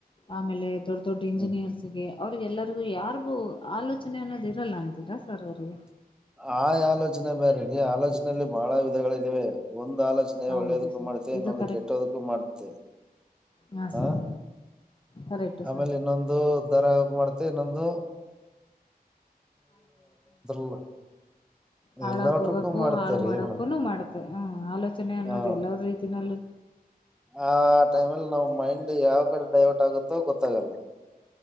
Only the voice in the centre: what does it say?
ಹ್ಮ್
ಆ ಆಲೋಚನೆ ಬೇರೇರಿ ಆಲೋಚನೆಯಲ್ಲಿ ಬಹಳ ವಿಧಗಳಿದ್ದಾವೆ ಒಂದು ಆಲೋಚನೆ ನೆ
ಒಳ್ಳೇದಕ್ಕೂ
ಮಾಡ್ತೆ ಇನ್ನೊಂದು
ಕೆಟ್ಟೋದಕ್ಕೂ ಮಾಡ್ತೆ
ಹಾ
ಆಮೇಲೆ
ಇನ್ನೊಂದು <unintelligible> ಮಾಡ್ತೀವಿ ಇನ್ನೊಂದು <unintelligible>
ಎಲ್ಲಾಟ್ರಕ್ಕೂ
ಮಾಡ್ತೇರಿ
ಮೇಡಮ್
ಹಾ
ಆ ಟೈಮಲ್ಲಿ ನಾವ್ ಮೈಂಡ್ ಯಾವ ಕಡೆ ಡೈವರ್ಟ್ ಆಗುತ್ತೋ ಗೊತ್ತಾಗಲ್ಲ.